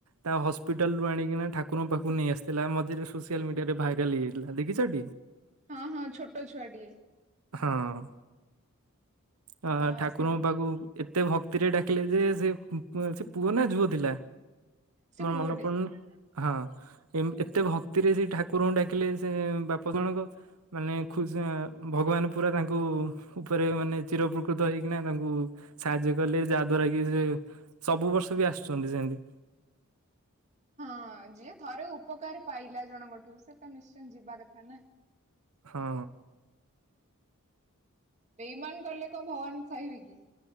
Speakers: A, on the right; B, on the right.
A: ତା ହସ୍ପିଟାଲ ରୁ ଆଣିକିନା ଠାକୁର ପାଖକୁ ନେଇ ଆସିଥିଲା ମଝିରେ ସୋସିଆଲ ମିଡିଆରେ ଭାଇରାଲ ହେଯାଇଥିଲା ଦେଖିଛ ଟି। ହଁ।
B: ହଁ ହଁ ଛୋଟ ଛୁଆଟିଏ।
A: ହଁ। ଅ
B: ହଁ
A: ଠାକୁରଙ୍କ
B: ସେ
A: ପାଖକୁ ଏତେ ଭକ୍ତିରେ ଡାକିଲେ ଯେ ସେ ସେ ପୁଅ ନା ଝୁଅ ଥିଲା।
B: ସେ
A: ମୋର
B: ପୁଅଟେ।
A: ମନ ପଡୁନି। ହଁ ଏତେ ଭକ୍ତିରେ ସେ ଠାକୁରଙ୍କୁ ଡାକିଲେ ସେ ବାପ ଜଣଙ୍କ। ମାନେ ଖୁସି ଭଗବାନ ପୁରା ତାଙ୍କୁ। ଉପରେ ମାନେ ଚିରଉପକୃତ ହେଇକିନା ତାଙ୍କୁ ସାହାଯ୍ୟ କଲେ ଯାହା ଦ୍ଵାରା କି ସେ। ସବୁ ବର୍ଷ ବି ଆସୁଛନ୍ତି ସେମିତି।
B: ହଁ ଯିଏ ଥରେ ଉପକାର ପାଇଲା ଜଣଙ୍କ ଠୁ ସେ ତ ନିଶ୍ଚୟ ଯିବା କଥା ନା।
A: ହଁ।
B: ବେଇମାନ କଲେ କଣ ଭଗବାନ ସହିବେ କି।